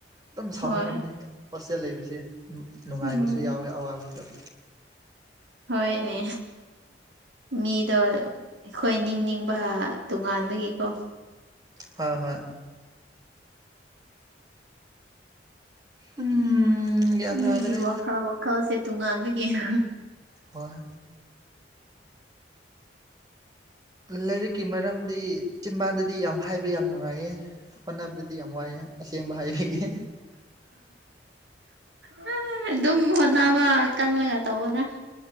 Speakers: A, on the right (about 20°); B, on the right (about 80°).
A: ꯑꯗꯨꯝ ꯁꯥꯎꯅꯤꯡꯉꯝꯅꯤ
B: ꯍꯣꯏ
A: ꯍꯣꯁꯇꯦꯜ ꯂꯩꯕꯁꯦ ꯅꯨꯡꯉꯥꯏꯕꯁꯨ
B: ꯎꯝ
A: ꯌꯥꯎꯋꯦ ꯑꯋꯥꯕꯁꯨ
B: ꯍꯣꯏꯅꯦ ꯃꯤꯗꯣ ꯑꯩꯈꯣꯏ ꯅꯤꯡꯅꯤꯡꯕ ꯇꯣꯉꯥꯟꯕꯒꯤꯀꯣ
A: ꯍꯣꯏ ꯍꯣꯏ ꯎꯝ ꯒ꯭ꯌꯥꯟ
B: ꯃꯤꯒꯤ
A: ꯇꯥꯗ꯭ꯔꯦ
B: ꯋꯥꯈꯜ ꯋꯥꯈꯜꯁꯦ ꯇꯣꯉꯥꯟꯕꯒꯤ ꯍꯥ
A: ꯍꯣꯏ ꯂꯥꯏꯔꯤꯛꯀꯤ ꯃꯔꯝꯗꯤ ꯆꯤꯝꯕꯥꯟꯗꯗꯤ ꯌꯥꯝ ꯍꯥꯏꯕ ꯌꯥꯝ ꯅꯨꯡꯉꯥꯏꯌꯦ ꯍꯣꯠꯅꯕꯗꯤ ꯌꯥꯝ ꯋꯥꯏꯌꯦ ꯑꯁꯦꯡꯕ ꯍꯥꯏꯕꯤꯒꯦ
B: ꯍꯥ ꯑꯗꯨꯝ ꯍꯣꯠꯅꯕ ꯀꯜꯂꯒ ꯇꯧꯑꯣꯗ